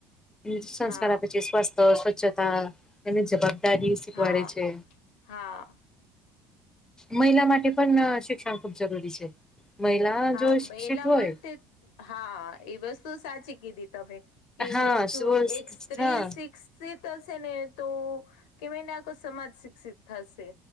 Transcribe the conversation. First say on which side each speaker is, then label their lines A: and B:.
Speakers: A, on the left (about 15°); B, on the left (about 75°).
A: એ સંસ્કાર
B: હા
A: આપે છે સ્વાસ્થ્ય સ્વચ્છતા, એની જવાબદારી શીખવાડે
B: હા
A: છે.
B: હા.
A: મહિલા માટે પણ શિક્ષણ ખૂબ જરૂરી છે, મહિલા
B: હા
A: જો શિક્ષિત
B: એલા
A: હોય.
B: માટે હા એ વસ્તુ સાચી કીધી તમે, કે
A: હા
B: જો
A: સ્વ
B: એક સ્ત્રી
A: હા
B: સિક્સ ક્ષિત હશે ને તો, કેવાયને આખો સમાજ શિક્ષિત થશે.